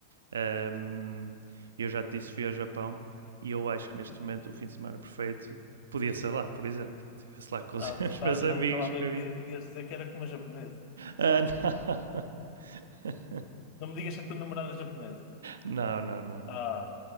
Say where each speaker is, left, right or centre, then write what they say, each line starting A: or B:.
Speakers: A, on the right; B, on the left.
A: Ahm, eu já te disse, fui ao Japão e eu acho
B: Uhum.
A: que neste momento o fim de semana perfeito podia ser lá, por exemplo. Estivesse lá com os
B: Ah,
A: <laughs>
B: já tá-
A: meus amigos
B: já estava a ver
A: que eu
B: que
A: vi.
B: ia- ias dizer que era como uma japonesa.
A: Ah, não. <laughs>
B: Não me digas que a tua namorada é japonesa.
A: não, não, não, não.
B: Ah,